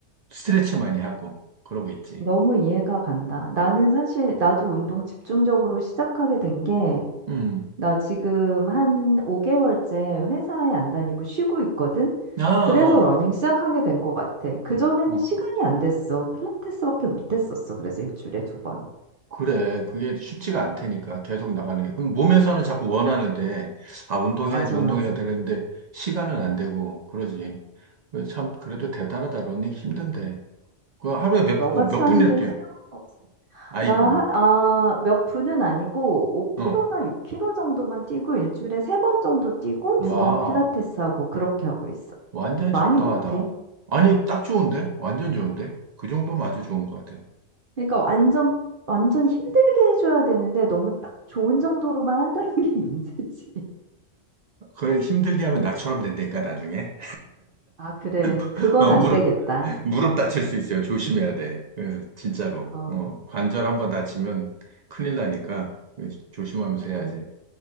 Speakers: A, on the right; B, on the right.
A: 스트레칭 많이 하고 그러고 있지.
B: 너무 이해가 간다. 나는 사실 나도 운동 집중적으로 시작하게 된게
A: 음.
B: 나 지금 한 5개월째 회사에 안 다니고 쉬고 있거든?
A: 아, 어.
B: 그래서 러닝 시작하게 된 것 같아. 그전에는
A: 뭐.
B: 시간이 안 됐어. 필라테스밖에 못 했었어. 그래서 일주일에 두 번.
A: 그래, 그게 쉽지가 않다니까, 계속 나가는 게. 그럼 몸에서는 자꾸 원하는데, 아, 운동해야지,
B: 맞아,
A: 운동해야
B: 맞아.
A: 되는데, 시간은 안 되고, 그러지. 그래, 참, 그래도 대단하다, 러닝 힘든데. 그 하루에 몇,
B: 너같이
A: 어, 몇
B: 하는
A: 분이나
B: 게 현명한
A: 뛰어?
B: 거지.
A: 아이고,
B: 나, 하- 아, 몇 분은 아니고 5km나
A: 어.
B: 6km 정도만 뛰고 일주일에 세 번 정도 뛰고
A: 와,
B: 두 번 필라테스 하고 그렇게 하고 있어.
A: 완전
B: 많이
A: 적당하다.
B: 못 해.
A: 아니, 딱 좋은데? 완전 좋은데? 그 정도면 아주 좋은 것 같아.
B: 그러니까 완전
A: 응.
B: 완전 힘들게 해줘야 되는데 너무 딱 좋은 정도로만 한다는 게 <laughs> 문제지.
A: 그걸 힘들게 하면 나처럼 된다니까, 나중에.
B: 아, 그래.
A: <laughs>
B: 그건
A: 어,
B: 안
A: 물어.
B: 되겠다.
A: 무릎 다칠 수 있어요. 조심해야 돼. 예, 진짜로.
B: 어,
A: 어, 관절 한번 다치면 큰일 나니까 예, 조심하면서
B: 그래.
A: 해야지.